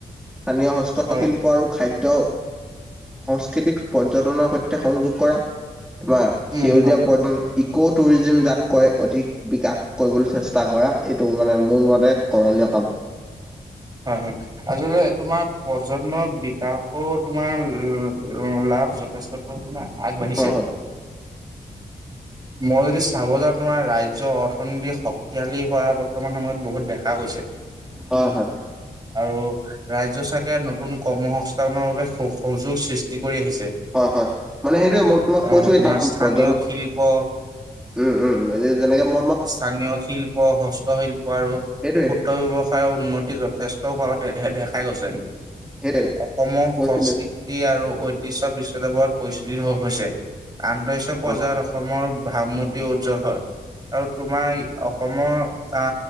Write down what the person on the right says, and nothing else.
হয়
উম
হয়
হয় হয়। আচলতে তোমাৰ পৰ্যটনৰ বিকাশৰো তোমাৰ ল ল লাভ যথেষ্ট পৰিমাণে আগবাঢ়িছে।
মই যদি চাব যাওঁ তোমাৰ ৰাজ্যৰ অৰ্থনীতি শক্তিশালী হোৱা বৰ্তমান সময়ত বহুত দেখা গৈছে।
আৰু ৰাজ্য চৰকাৰে নতুন কৰ্ম সংস্থাপনৰ বাবে সু সুযোগ সৃষ্টি কৰি আহিছে। আ
তোমাৰ স্থানীয়
শিল্প
স্থানীয় শিল্প, হস্তশিল্প আৰু
ক্ষুদ্ৰ ব্যৱস সায় উন্নতি যথেষ্ট হোৱা দে দে দেখা গৈছে।
অসমৰ
সংস্কৃত তি আৰু ঐতিহ্য বিশ্বদেবত পৰিচিত হৈছে। আন্তৰাষ্ট্ৰীয় পৰ্যায়ত
অসমৰ ভাব মূৰ্তি উজ্জ্বল হয়। আৰু তোমাৰ অসমৰ আ